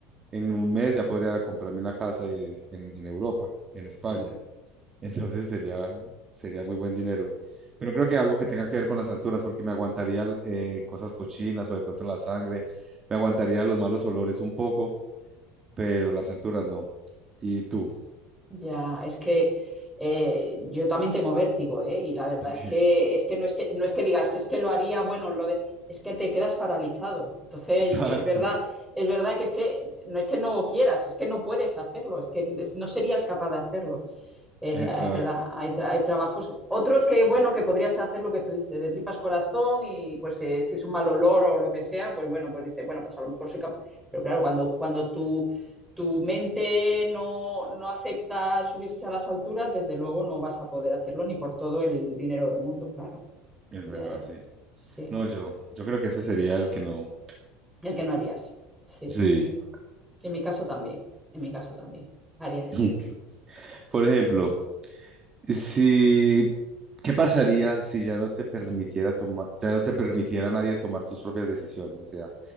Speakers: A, on the right; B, in the centre.
A: en un mes ya podría comprarme una casa y- en, en Europa, en España.
B: Mm.
A: <laughs> Entonces sería, sería muy buen dinero. Pero creo que algo que tenga que ver con las alturas, porque me aguantaría eh, cosas cochinas o de pronto la sangre, me aguantaría los malos olores un poco, pero las alturas no. ¿Y tú?
B: Ya, es que eh, yo también tengo vértigo, ¿eh? Y la verdad
A: <laughs> Ok.
B: es que, es que no es que no es que digas, es que lo haría, bueno, lo de, es que te quedas paralizado. Entonces,
A: Exacto,
B: es verdad, es verdad que es que no es que no quieras, es que no puedes hacerlo, es que es- no serías capaz de hacerlo. Eh,
A: exacto.
B: ah, es verdad, hay, tra- hay trabajos, otros que, bueno, que podrías hacer lo que tú dices, de tripas corazón y pues eh, si es un mal olor o lo que sea, pues bueno, pues dices, bueno, pues a lo mejor soy capaz, pero claro, cuando, cuando tu, tu mente no, no acepta subirse a las alturas, desde luego no vas a poder hacerlo ni por todo el dinero del mundo, claro,
A: Es
B: ya,
A: verdad,
B: ya,
A: sí.
B: sí,
A: No, yo, yo creo que ese sería el que no.
B: el que no harías, sí,
A: Sí.
B: en mi caso también, en mi caso también, haría eso.
A: <laughs> Por ejemplo, Si, ¿qué pasaría si ya no te permitiera tomar, ya no te permitiera a nadie tomar tus propias decisiones? O sea,